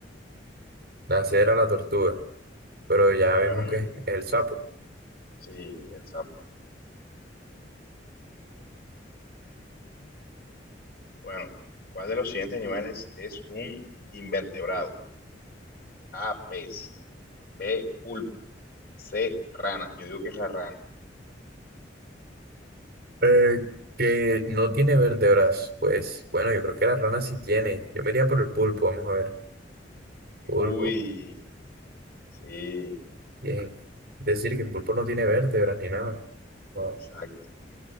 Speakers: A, on the right; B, on the left.
A: la C era la tortuga, pero ya
B: Bueno,
A: vimos que
B: yo-
A: es el sapo.
B: sí, el sapo. Bueno, ¿cuál de los siguientes animales es un invertebrado? A, pez. B, pulpo. C, rana. Yo digo que es la rana.
A: Eh, que no tiene vértebras, pues bueno, yo creo que la rana sí tiene. Yo me iría por el pulpo, vamos a ver. Pulpo,
B: Uy, sí,
A: bien. Decir que el pulpo no tiene vértebras ni nada. Wow.
B: exacto.